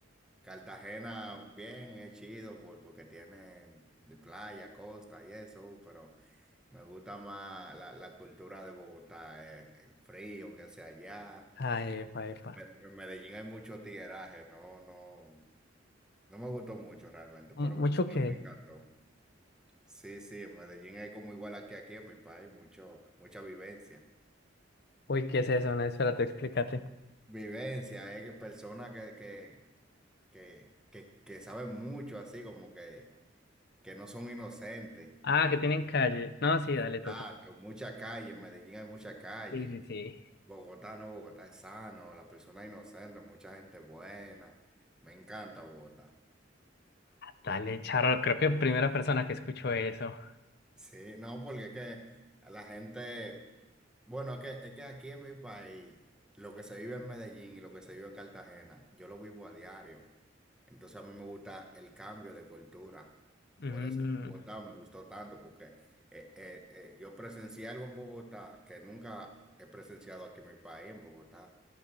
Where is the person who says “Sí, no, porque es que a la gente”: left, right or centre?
Centre